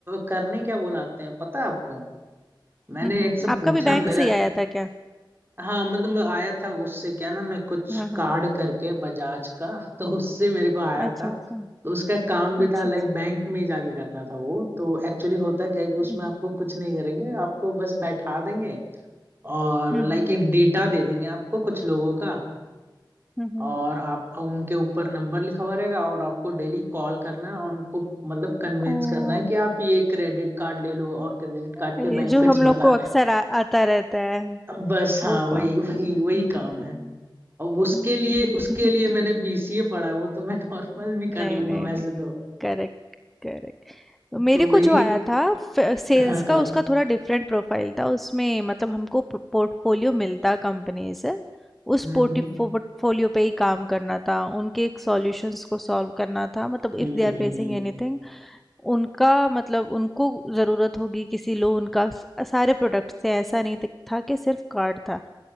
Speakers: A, on the right; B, in the centre.
A: करने क्या बुलाते हैं पता है आपको मैंने
B: हम्म
A: एक से
B: आपका
A: पूछा
B: भी बैंक
A: मेरा
B: से ही आया था क्या
A: हाँ मतलब आया था उससे क्या ना मैं कुछ
B: हाँ हाँ
A: कार्ड करके बजाज का <laughs> तो उससे मेरे को आया
B: अच्छा,
A: था
B: अच्छा।
A: तो उसका काम भी
B: अच्छा,
A: था लाइक
B: अच्छा।
A: बैंक में ही जाके करना था वो तो एक्चुअली होता क्या है कि उसमें
B: हुँ, हुँ।
A: आपको कुछ नहीं करेंगे आपको बस बैठा देंगे और
B: हुँ,
A: लाइक
B: हुँ।
A: एक डेटा दे देंगे आपको कुछ लोगों का
B: हुँ, हुँ।
A: और आप उनके ऊपर नंबर लिखा हुआ रहेगा और आपको डेली कॉल करना है और उनको मतलब कन्विंस
B: ओह!
A: करना है कि आप ये क्रेडिट कार्ड ले लो और क्रेडिट कार्ड
B: अरे,
A: के बेनिफिट्स
B: जो हम लोग
A: बताने
B: को अक्सर आ आता रहता है,
A: हैं बस हाँ
B: वो काम।
A: वही वही वही
B: हुँ,
A: काम
B: हुँ,
A: है
B: हुँ।
A: अब उसके
B: हुँ,
A: लिए
B: हुँ,
A: उसके
B: हुँ।
A: लिए मैंने बीसीए पढ़ा है वो तो मैं नॉर्मल भी
B: नहीं,
A: कर लूंगा
B: नहीं,
A: वैसे
B: नहीं।
A: तो
B: Correct, correct. तो मेरे
A: तो वही
B: को जो आया था फ सेल्स
A: हाँ हाँ
B: का उसका थोड़ा डिफरेंट प्रोफाइल था। उसमें मतलब हमको प पोर्टफोलियो मिलता कंपनी से। उस
A: हम्म
B: पोर्टि
A: हम्म
B: पोर्टफोलियो पे ही काम करना था। उनके सॉल्यूशंस को सॉल्व करना था। मतलब
A: हम्म
B: if they
A: हम्म
B: are facing
A: हम्म,
B: anything उनका मतलब उनको ज़रूरत होगी किसी लोन का स सारे प्रोडक्ट्स थे, ऐसा नहीं त था कि सिर्फ़ कार्ड था।